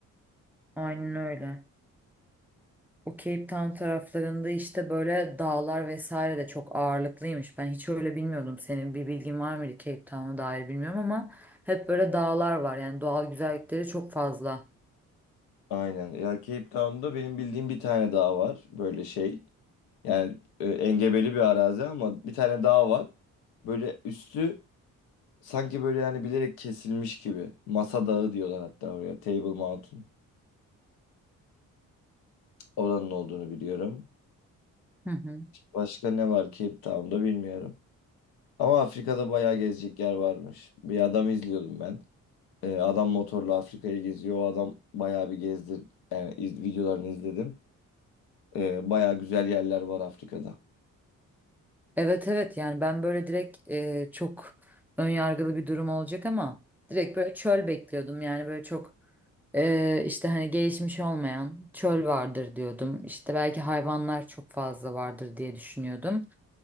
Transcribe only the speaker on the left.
Aynen. Ya Cape Town'da benim bildiğim bir tane daha var böyle şey. Yani e, engebeli bir arazi ama bir tane dağ var. Böyle üstü sanki böyle yani bilerek kesilmiş gibi. Masa dağı diyorlar hatta oraya. Table Mountain. Oranın olduğunu biliyorum.
Başka ne var Cape Town'da bilmiyorum. Ama Afrika'da bayağı gezecek yer varmış. Bir adam izliyordum ben. E, adam motorla Afrika'yı geziyor. O adam bayağı bir gezdir. Yani iz- videolarını izledim. Ee, baya güzel yerler var Afrika'da.